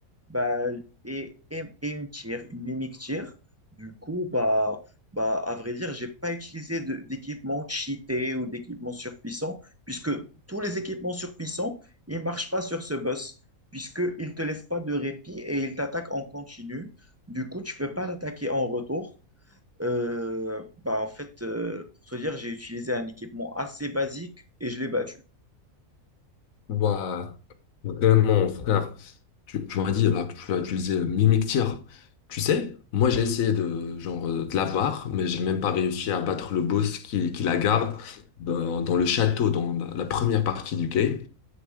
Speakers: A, on the right (about 20°); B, on the left (about 70°).
A: bah, et, et, et une tire, une mimic tire. Du coup, bah, bah, à vrai dire, j'ai pas utilisé de- d'équipement cheaté ou d'équipement surpuissant puisque tous les équipements surpuissants, ils marchent pas sur ce boss puisqu'il ne te laisse pas de répit et il t'attaque en continu. Du coup, tu ne peux pas l'attaquer en retour. Euh, bah, en fait, euh, pour te dire, j'ai utilisé un équipement assez basique et je l'ai battu.
B: Bah vraiment, frère. Tu, tu m'as dit là que tu as utilisé le mimictir. Tu sais, moi j'ai essayé de genre euh, de l'avoir, mais j'ai même pas réussi à battre le boss qui, qui la garde dans, dans le château, dans la, la première partie du game.